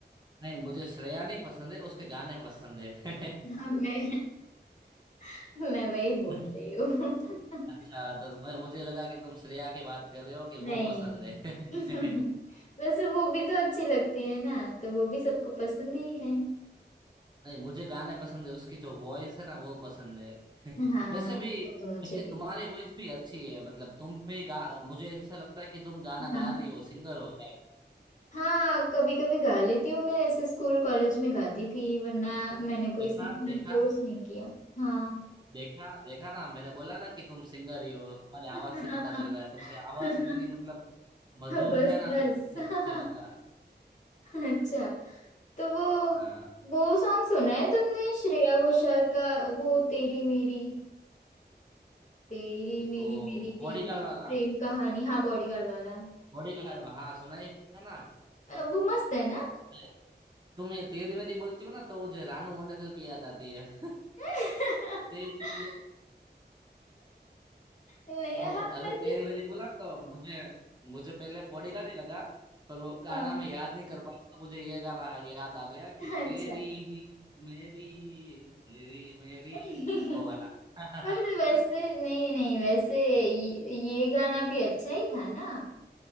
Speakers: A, on the right; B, on the left.
A: नहीं मुझे श्रेया नहीं पसंद है उसके गाने पसंद है
B: हाँ मैं <laughs> मैं वही बोल
A: <laughs>
B: रही हूँ <laughs>
A: अच्छा तो मैं मुझे लगा कि तुम श्रेया की बात कर रहे हो कि
B: नहीं
A: वो पसंद है
B: <laughs>
A: <laughs>
B: वैसे वो भी तो अच्छी लगती है ना तो वो भी सबको पसंद ही है
A: नहीं मुझे गाने पसंद है उसकी जो वॉइस है ना वो पसंद है <laughs>
B: हाँ
A: वैसे भी
B: वो तो मुझे
A: वैसे
B: भी
A: तुम्हारी वॉइस भी अच्छी है मतलब तुम भी गा मुझे ऐसा लगता है कि तुम गाना
B: हाँ
A: गा रही हो सिंगर हो शायद
B: हाँ कभी कभी गा लेती हूँ मैं ऐसे स्कूल कॉलेज में गाती थी वरना मैंने कोई
A: देखा
B: सीखने
A: देखा
B: कोर्स नहीं किया हाँ
A: देखा देखा ना मैंने बोला ना कि तुम सिंगर ही हो तुम्हारी
B: <laughs>
A: आवाज से पता चल रहा है तुम्हारी आवाज इतनी
B: <laughs>
A: मतलब मधुर
B: बस
A: है ना
B: बस
A: तो उस-
B: <laughs>
A: उस- मुझे लगा
B: अच्छा तो वो
A: हाँ
B: वो सॉन्ग सुना है तुमने श्रेया घोषाल का वो तेरी मेरी तेरी
A: ते-
B: मेरी
A: ओ
B: मेरी तेरी
A: बॉडीगार्ड वाला
B: प्रेम कहानी हाँ बॉडीगार्ड वाला
A: बॉडीगार्ड हाँ सुनाई है ना
B: अ, वो मस्त है ना
A: वो- तुम ये तेरी मेरी बोलती हो ना तो मुझे रानू मंडल की याद आती है
B: <laughs>
A: तेरी
B: नहीं
A: वो
B: हाँ
A: अरे
B: वैसे
A: तेरी वेरी बोला तो मुझे मुझे पहले बॉडी का नहीं लगा पर वो गाना
B: हाँ
A: मैं याद नहीं कर पाया तो मुझे ये गाना याद आ गया कि
B: अच्छा
A: तेरी ही मेरी ही तेरी मेरी
B: <laughs>
A: वो वाला <laughs>
B: पर वैसे नहीं नहीं वैसे ये, ये गाना भी अच्छा ही था ना